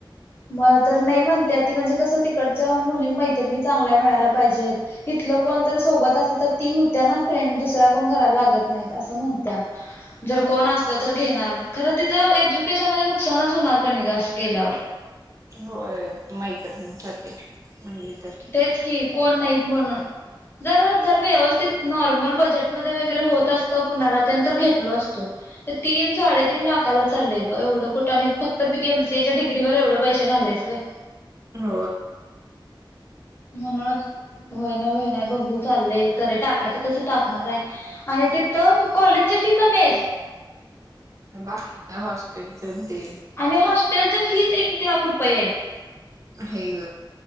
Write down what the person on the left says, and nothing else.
मग तर नाही म्हणते ती म्हणजे कसं तिकडच्या मुली मैत्रिणी चांगल्या मिळायला पाहिजेत. इथ कोण तर सोबत असत तर ती होत्या ना फ्रेंड दुसऱ्या कोण करायला लागत. नाही असं म्हणत्या जर कोण असल तर घेणार. खरं तिचं एज्युकेशन मध्ये नुकसानच होणार का असं केल्यावर.
तेच कि कोण नाहीत म्हणून जर जर व्यवस्थित नॉर्मल बजेटमध्ये वगैरे होत असतं पुण्याला त्यांत घेतल असतो. ते तीन साडेतीीन लाखाला चाललंय ग एवढं कुठाने फक्त बी एमसी एच्या डिग्री ववर एवढं पैसे घालायचंय.
म्हणत. होय ना होय ना बघू चाललंय त टाकायचं तस टाकणार आहे आणि ते तर कॉलेजच्या फी कमी आहेत.
आणि हॉस्टेलच्या फीज एक एक लाख रुपये आहेत.